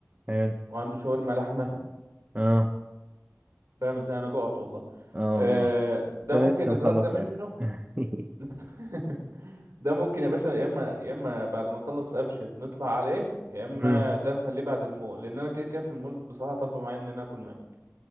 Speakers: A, on the right (about 30°); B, on the right (about 70°).
A: حلو
B: وعنده شاورما لحمة
A: اه
B: فاهم ازاي انا جوعت والله
A: اه
B: آه
A: والله
B: ده
A: انت لسه
B: ممكن نتغدى
A: مخلص
B: منه
A: اكل <laughs>
B: <laughs> ده ممكن يا باشا يا اما يا اما بعد ما نخلص ابشر نطلع عليه يا اما
A: امم
B: ده نخليه بعد المول لان انا كده كده في المول بصراحة طالبة معايا ان انا اكل معاه